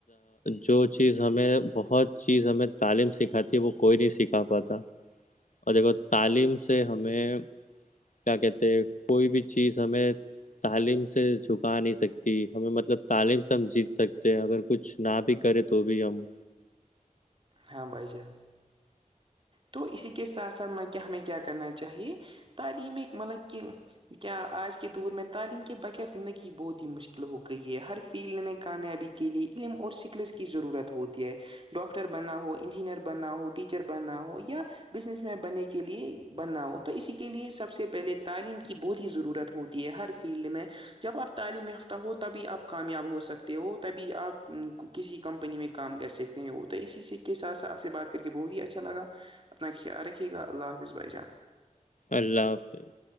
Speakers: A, on the left; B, on the right.
A: جو چیز ہمیں بہت چیز ہمیں تعلیم سکھاتی ہے وہ کوئی نہیں سکھا پاتا اور دیکھو تعلیم سے ہمیں کیا کہتے کوئی بھی چیز ہمیں تعلیم سے جھکا نہیں سکتی ہمیں مطلب تعلیم سے ہم جیت سکتے ہیں اگر کچھ نہ بھی کرے تو بھی ہم
B: ہاں بھائی جان تو اسی کے ساتھ ساتھ میں کہ ہمیں کیا کرنا چاہیے تعلیم مطلب کہ کیا آج کے دور میں تعلیم کے بغیر زندگی بہت ہی مشکل ہو گئی ہے ہر فیلڈ میں کامیابی کی کے لیے علم اور سکلس کی ضرورت ہوتی ہے ڈاکٹر بننا ہو انجینئر بننا ہو ٹیچر بننا ہو یہ کیا بزنس مین بننے کے لیے بننا ہو تو اسی کے لیے سب سے پہلے تعلیم کی بہت ہی ضرورت ہوتی ہے ہر فیلڈ میں جب آپ تعلیم یافتہ ہو تبھی آپ کامیاب ہو سکتے ہو تبھی آپ کسی کمپنی میں کام کر سکتے ہیں وہ تو اسی کے ساتھ سھ آپ سے بات کر کے بہت ہی اچھا لگا اپنا خیال رکھیے گا اللہ حافظ بھائی جان
A: اللہ حافظ